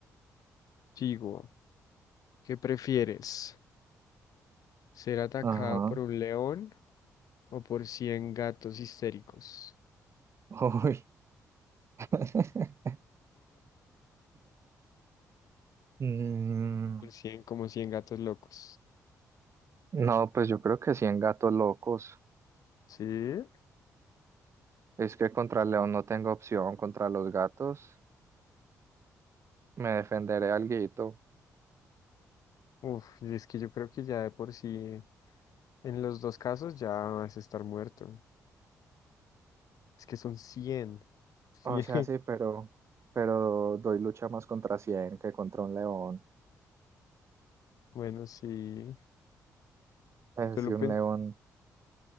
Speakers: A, on the left; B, on the right.
A: sigo. ¿Qué prefieres? ¿Ser atacado
B: Ajá.
A: por un león? O por 100 gatos histéricos.
B: Uy. <laughs> Mm,
A: Por cien como 100 gatos locos.
B: no, pues yo creo que sí en gatos locos.
A: Sí.
B: Es que contra el león no tengo opción, contra los gatos me defenderé alguito.
A: Uf, y es que yo creo que ya de por sí, en los dos casos ya vas a estar muerto. Es que son cien
B: O
A: <laughs>
B: sea,
A: 100.
B: sí, pero, pero doy lucha más contra 100 que contra un león.
A: Bueno, sí.
B: Es
A: Yo lo
B: que
A: pen,
B: un león.